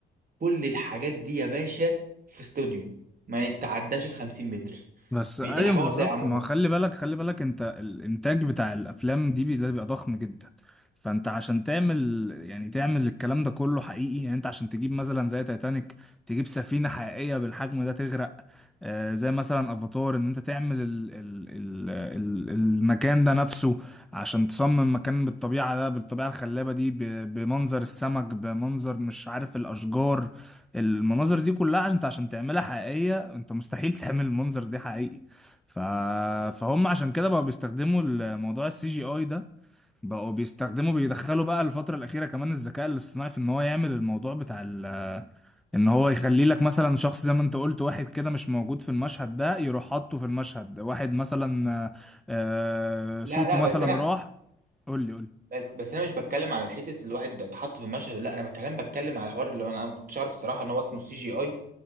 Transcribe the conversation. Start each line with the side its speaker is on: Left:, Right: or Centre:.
Right: كل الحاجات دي يا باشا في استوديو ما يتعداش ال 50 متر
Centre: بس ايوه
Right: ايه الحوار
Centre: بالظبط
Right: ده يا عم مر؟
Centre: ما هو خلي بالك خلي بالك انت الانتاج بتاع الافلام دي بي- ده بيبقى ضخم جدا فانت عشان تعمل يعني تعمل الكلام ده كله حقيقي يعني انت عشان تجيب مثلا زي تايتانيك تجيب سفينة حقيقية بالحجم ده تغرق آه زي مثلا افاتار ان انت تعمل ال ال ال ال المكان ده نفسه عشان تصمم مكان بالطبيعة ده بالطبيعة الخلابة دي ب- بمنظر السمك بمنظر مش عارف الاشجار المناظر دي كلها عشان انت عشان تعملها حقيقية انت مستحيل تعمل المنظر دي حقيقي ف... فهم عشان كده بقوا بيستخدموا الموضوع السي جي اي ده بقوا بيستخدموا بيدخلوا بقى الفترة الأخيرة كمان الذكاء الاصطناعي في ان هو يعمل الموضوع بتاع ال... ان هو يخلي لك مثلا شخص زي ما انت قلت واحد كده مش موجود في المشهد ده يروح حاطه في المشهد واحد مثلا آه، آه،
Right: لا
Centre: صوته
Right: لا
Centre: مثلا
Right: بس انا
Centre: راح قول لي قول لي
Right: بس بس انا مش بتكلم على الحته اللي الواحد اتحط في المشهد لا انا بتكلم بتكلم على الحوار اللي انا أنا ما كنتش عارف الصراحه ان هو اسمه سي جي اي